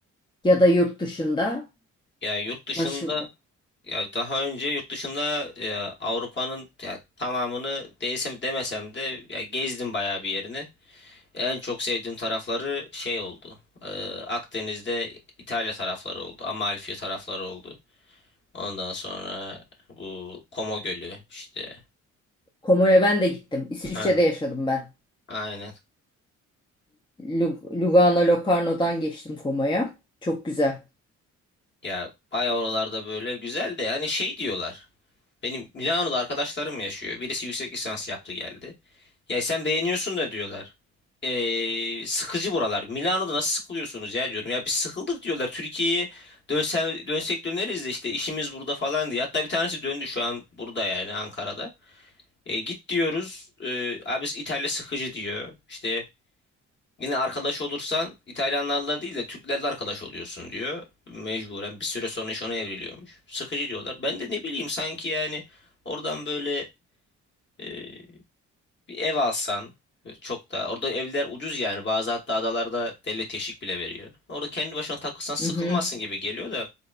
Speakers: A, on the left; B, on the left.
A: ya da yurt dışında?
B: Yani yurt dışında
A: Başka
B: Ya daha önce yurt dışında e, Avrupa'nın ya, tamamını değilsem demesem de ya, gezdim bayağı bir yerini. En çok sevdiğim tarafları şey oldu. E, Akdeniz'de İtalya tarafları oldu. Amalfi tarafları oldu. Ondan sonra bu Como Gölü işte.
A: Komo'ya ben de gittim. İsviçre'de
B: Ha.
A: yaşadım ben.
B: Aynen.
A: Lu- Lugano, Locarno'dan geçtim Komo'ya. Çok güzel.
B: Ya bayağı oralarda böyle güzel de hani şey diyorlar. Benim Milano'da arkadaşlarım yaşıyor. Birisi yüksek lisans yaptı geldi. Ya sen beğeniyorsun da diyorlar. Ee, sıkıcı buralar. Milano'da nasıl sıkılıyorsunuz ya diyorum. Ya biz sıkıldık diyorlar. Türkiye'ye dönsen, dönsek döneriz de işte işimiz burada falan diye. Hatta bir tanesi döndü şu an burada yani Ankara'da. E, git diyoruz. E, abi İtalya sıkıcı diyor. İşte Yine arkadaş olursan İtalyanlarla değil de Türklerle arkadaş oluyorsun diyor. Mecburen bir süre sonra iş ona evriliyormuş. Sıkıcı diyorlar. Ben de ne bileyim sanki yani oradan böyle e, bir ev alsan e, çok da orada evler ucuz yani bazı hatta adalarda devlet teşvik bile veriyor. Orada kendi başına takılsan sıkılmazsın
A: Mhm.
B: gibi geliyor da